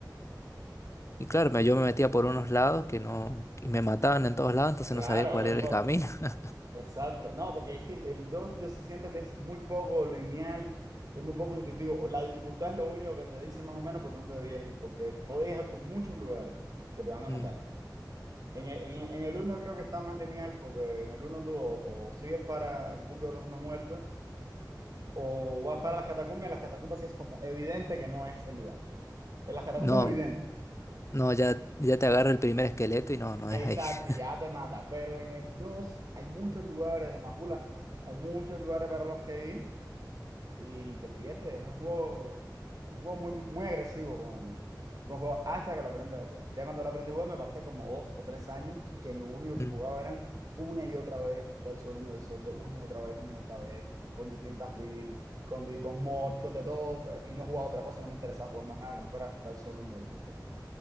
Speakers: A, on the left (about 40°); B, on the right (about 50°).
A: Y claro, me- yo me metía por unos lados que no, y me mataban en todos lados, entonces
B: Claro,
A: no sabía cuál
B: es
A: era
B: por-
A: el camino. <laughs>
B: exacto. No, porque es que el 2 yo sí siento que es muy poco lineal, es muy poco intuitivo. La dificultad es lo único que te dice más o menos por dónde debías ir, porque podías ir por muchos lugares que te van a
A: Mm.
B: matar. En el, en, en el 1 creo que está más lineal, porque en el uno tú o, o sigues para el buque de los no muertos, o vas para las catacumbas, y en las catacumbas sí es como evidente que no es el lugar. En las catacumbas
A: No,
B: es evidente.
A: no, ya, ya te agarra el primer esqueleto y no, no
B: Exacto,
A: es ahí. <laughs>
B: y ya te mata. Pero en el 2 hay muchos lugares de Majula, hay muchos lugares para los que ir y te pierdes. Es un juego, un juego muy, muy agresivo con el, con el juego hasta que lo aprendes a jugar. Ya cuando lo aprendí a jugar me pasé como dos o tres años que lo único que
A: Mm.
B: jugaba eran una y otra vez del sol, uno y del sol, dos, una y otra vez, una y otra vez, con distintas builds, con, di- con mod, con de todo, pero- y no jugaba otra cosa, no me interesaba jugar más nada que no fuera del sol, uno y del sol. dos.